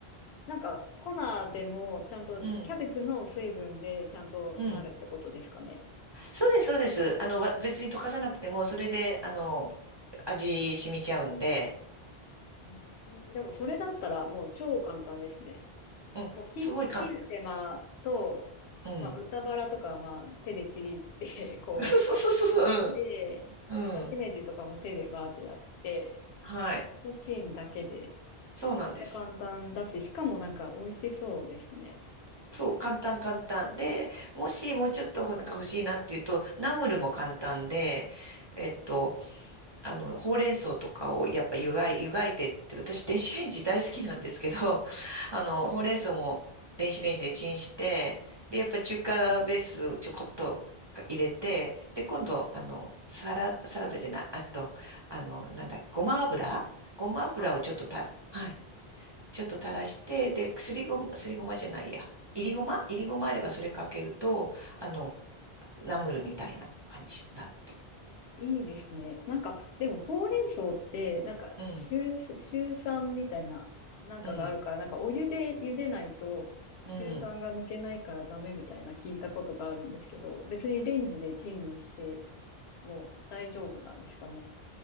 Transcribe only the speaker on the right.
うん。
うん。そうです、そうです。あの、わ別に溶かさなくても、それで、あの、味染みちゃうんで。
うん。
すごい簡
単。うん。
<laughs> そうそうそうそう。
うん。
うん。はい。
そうなんです。
そう、簡単簡単。で、もしもうちょっとなんか欲しいなっていうと、ナムルも簡単で、えっと、あの、ほうれん草とかをやっぱ湯がい、湯がいてって、私電子レンジ大好きなんですけど、<laughs> あの、ほうれん草も電子レンジでチンして、で、やっぱ中華ベースをちょこっと入れて、で、今度、あの、サラ、サラダじゃない、あと、あの、なんだっけ、ごま油ごま油をちょっとたら、
はい、ちょっと垂らして、で、すりごま、すりごまじゃないや、いりごまいりごまあればそれかけると、あの、ナムルみたいな感じになって。
うん、
うん、
うん。